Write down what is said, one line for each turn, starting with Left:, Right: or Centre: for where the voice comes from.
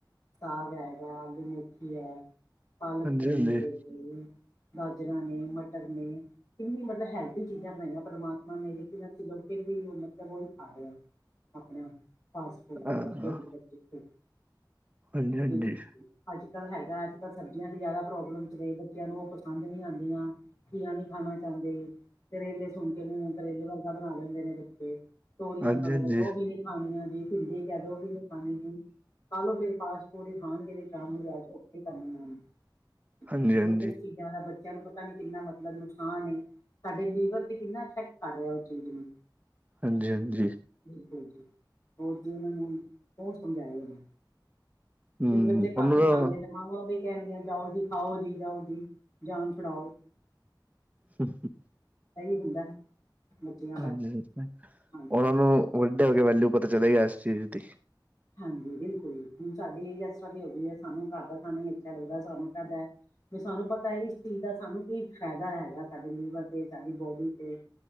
Left: ਸਾਗ ਹੈਗਾ ਆਲੂ ਮੇਥੀ ਹੈ। ਪਾਲਕ
Right: ਹਾਂਜੀ
Left: ਪਨੀਰ ਗਾਜਰਾਂ ਨੇ ਮਟਰ ਨੇ। ਕਿਨੀ ਮਤਲਬ ਹੈਲਥੀ ਚੀਜਾ ਬਣਾਈਆਂ ਪ੍ਰਮਾਤਮਾ ਨੇ ਲੇਕਿਨ ਅਸੀ ਫਿਰ ਵੀ ਮਤਲਬ ਉਹ। ਰ ਆਪਣੇ ਫਾਸਟ ਫੂਡ
Right: ਹਾਂ
Left: ਤੇ ਲੱਗੇ ਬੇ
Right: ਹਾਂਜੀ ਹਾਂਜੀ
Left: ਬਿਲਕੁਲ ਅੱਜ ਕਲ ਹੈਗਾ ਅੱਜ ਕਲ ਸਬਜੀਆਂ ਦੀ ਜਿਆਦਾ ਪ੍ਰੋਬਲਮ ਚ ਨੇ ਬੱਚਿਆਂ ਨੂੰ ਉਹ। ਪਸੰਦ ਨੀ ਆਉਦੀਆਂ ਘੀਆ ਨੀ ਖਾਣਾ ਚਾਹੰਦੇ ਕਰੇਲੇ ਸੁਣ। ਮੂੰਹ ਕਰੇਲੇ ਵਰਗਾ ਬਣਾ ਲੈਦੇ ਨੇ ਬੱਚੇ ਤੋਰੀਆਂ
Right: ਹਾਂਜੀ
Left: ਕ ਉਹ
Right: ਹਾਂਜੀ
Left: ਵੀ ਨੀ ਖਾਣੀਆਂ ਜ ਢਿਲੇ। ਕਦੋ ਵੀ ਨਹੀ ਖਾਦੇ ਜੀ ਖਾਲੋ ਫਿਰ ਪਾਸ ੇ ਖਾਣਗੇ ਸ਼ਾਮ ਨੂੰ ਜਾ ਕੇ ਉਥੇ ਕਰਨ। <unintelligible>
Right: ਹਾਂਜੀ ਹਾਂਜੀ
Left: ਦਾ ਬੱਚਿਆਂ ਨੂੰ ਪਤਾ ਨੀ ਕਿੰਨਾ ਮਤਲਬ ਨੁਕਸਾਨ ਏ। ਸਾਡੇ ਲੀਵਰ ਤੇ ਕਿੰਨਾ ਇਫੈਕਟ ਕਰ ਰਿਹਾ ਉਹ ਚੀਜ਼ ਨੂੰ।
Right: ਹਾਂਜੀ ਹਾਂਜੀ।
Left: ਬਿਲਕੁਲ ਜੀ ਹੋਰ ਜੇ ਮੈਨੂੰ ਹੋਰ ਸਮਝਏ ਉਹਨ।
Right: ਹਮ
Left: ਫ ਬੱਚੇ ਘਰ
Right: ਉਹਨੂੰ
Left: ਨ
Right: ਤਾਂ
Left: ਖਾਣਗੇ ਤੇ ਮਾਵਾਂ ਵੀ ਕਹਿਣ ਗੀਆਂ ਜਾਓ ਜੀ ਖਾਓ ਜੀ ਜਾਓ ਜੀ ਜਾਨ ਛੁਡਾਓ।
Right: ਹਮ ਹ। <unintelligible>
Left: ਐਹੀ ਹੁੰਦਾ ਬੱਚਿਆਂ ਦਾ।
Right: ਹਾਂਜੀ ਉਹਨਾਂ
Left: ਹਾਂਜੀ
Right: ਨੂੰ ਵੱਡੇ ਹੋ ਕੇ ਵੈਲਊ ਪਤਾ ਚਲੇਗਾ ਇਸ ਚੀਜ਼ ਦੀ।
Left: ਹਾਂਜੀ ਬਿਲਕੁਲ ਹੁਣ ਸਾਡੀ ਏਜ ਐਸ ਤਰਹਾ ਦੀ ਹੋਈ ਹੈ ਸਾਨੂੰ ਘਰ ਦਾ ਖਾਣਾ ਹੀ ਅੱਛਾ ਲੱਗਦਾ ਸਾਨੂੰ ਤੁਹਾਡਾ। ਵੀ ਸਾਨੂੰ ਪਤਾ ਹੈ ਇਸ ਚੀਜ਼ ਦਾ ਸਾਨੂੰ ਕੀ ਫਾਇਦਾ ਹੈਗਾ ਸਾਡੇ ਲੀਵਰ ਤੇ ਸਾਡੀ ਬੋਡੀ ਤੇ।